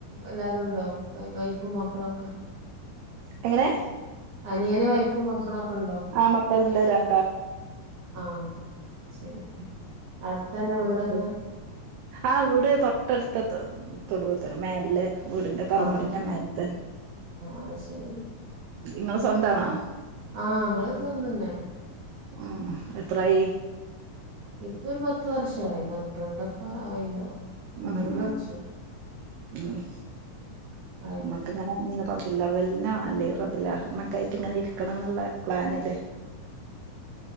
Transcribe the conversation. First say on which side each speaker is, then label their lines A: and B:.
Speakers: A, on the right; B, on the right.
A: എല്ലാരുണ്ടോ വൈ വൈഫും മക്കളൊക്കെ.
B: എങ്ങനെ?
A: അനിയന് വൈഫും മക്കളൊക്കണ്ടോ?
B: ആഹ് മക്കള്ണ്ട് രൺ
A: ആഹ് ശരി. അട്ത്തന്നെ വീടൊക്കെ?
B: ആഹ് വീട് തൊട്ടട്ത്ത തൊ തൊടുതന്നെ മേലെ. വീട്ന്റെ തറവാടിന്റെ
A: ആഹ്
B: ഇമ്മര്ത്തൻ.
A: അത് ശരി
B: നിങ്ങെള് സ്വന്താണോ?
A: ആഹ് ങ്ങള് സ്വന്തന്നേണ്.
B: ഉംഹ് എത്രായി?
A: ഇപ്പോര് പ ത്ത് വർഷായി. പന്ത്രണ്ടൊക്കെ ആയിണ്ടാവും പന്ത്രണ്ട്
B: ഉം ഉം
A: വർഷം.
B: ഉം ഉം
A: ആയ്
B: മക്ക്ങ്ങനെ ന്ന് റബീഉൽ അവ്വൽനോ അല്ലെയി റബീഉൽ ആഹിർനൊക്കായ്റ്റ്ങ്ങനെ ഇരിക്കണം ന്ന്ള്ള പ്ലാന്ല്.